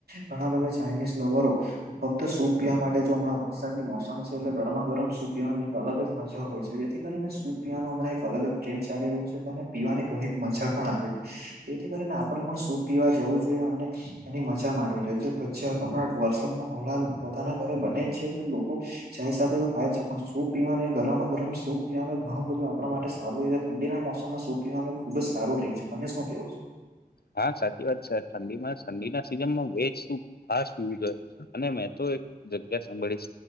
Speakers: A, on the right; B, on the left.
A: ઘણા બધા ચઇનીઝ લવરો ફક્ત સૂપ પીવા માટે જો હમણાં વરસાદની મોસમ છે એટલે ગરમા ગરમ સૂપ પીવાની એક અલગ જ મજા હોય છે. જેથી કરીને સુપ પીવાનું હમણાં એક અલગ ટ્રેન્ડ ચાલી રહ્યું છે તો પીવાની ઘણી મજા પણ આવે. જેથી કરીને આપણે પણ સુપ પીવા જવું જોઈએ અને એની મજા માણવી જોઈએ. જેણા વરસાદ ન ગોળા બધાના ઘરે બને છે લોકો જાય સાથે તો ખાય છે પણ સુ પીવાને ગરમ ગરમ સૂપ પીવાનું ઘણું બધું આપણા માટે સારું રહે છે ઠંડીના મોસમાં સ પીવાનુંય ખુબ જ સારું રહે છે તમે શું કેહો છો
B: હા સાચી વાત છે ઠંડીમાં ઠંડીના સીઝનમાં વેજ સૂપ ખાસ પીવું જોઈએ અને મે તો એક જગ્યા સાંભળી